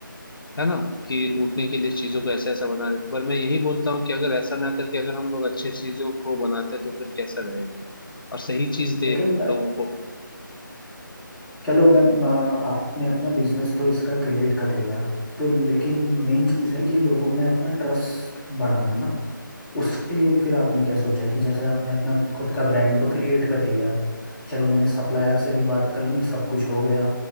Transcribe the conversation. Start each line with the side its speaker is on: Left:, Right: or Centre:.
Left: है ना कि लूटने के लिए चीजों को ऐसा ऐसा बना देते पर मैं यही बोलता हूँ कि अगर ऐसा ना करके अगर हम लोग अच्छे चीजों को बनाते तो फिर कैसा रहेगा और सही चीज दे
Centre: लेकिन
Left: लोगों को
Centre: चलो मैम आ, आपने अपना बिजनेस तो इसका क्रिएट कर लिया तो लेकिन
Left: हम्म
Centre: मेन चीज़ है कि लोगों में अपना ट्रस्ट बढ़ाना ना उसके लिए फिर आपने क्या सोचा है कि जैसे आपने अपना खुद का ब्रांड तो क्रिएट कर लिया चलो मैंने सप्लायर से भी बात कर ली सब कुछ हो गया